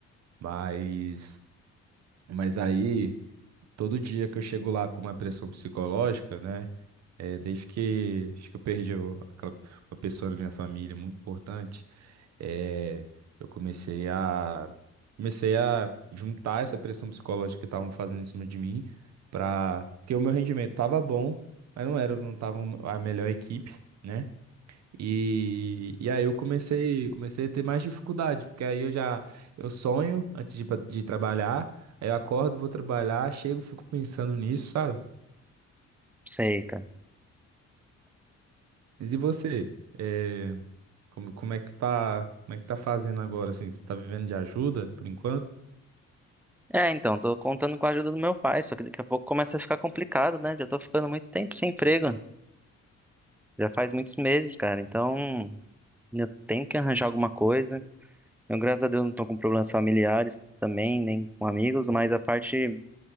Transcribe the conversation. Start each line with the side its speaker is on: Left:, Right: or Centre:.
Right: Mas, mas aí, todo dia que eu chego lá com uma pressão psicológica, né? é, desde que, acho que eu perdi o- aquela, uma pessoa da minha família muito importante, é, eu comecei a, comecei a juntar essa pressão psicológica que estavam fazendo em cima de mim, para porque o meu rendimento estava bom, mas não era, não tava a melhor equipe. né? E, e aí eu comecei, comecei a ter mais dificuldade, porque aí eu já eu sonho antes de, ir pra- de trabalhar, aí eu acordo, vou trabalhar, chego, fico pensando nisso, sabe?
Centre: Sei, cara.
Right: Mas e você? É, como, como é que tá, como é que tá fazendo agora, assim? Você tá vivendo de ajuda por enquanto?
Centre: É, então, tô contando com a ajuda do meu pai, só que daqui a pouco começa a ficar complicado, né? Já tô ficando muito tempo sem emprego. Já faz muitos meses, cara. Então, eu tenho que arranjar alguma coisa. Eu, graças a Deus, não tô com problemas familiares também, nem com amigos, mas a parte,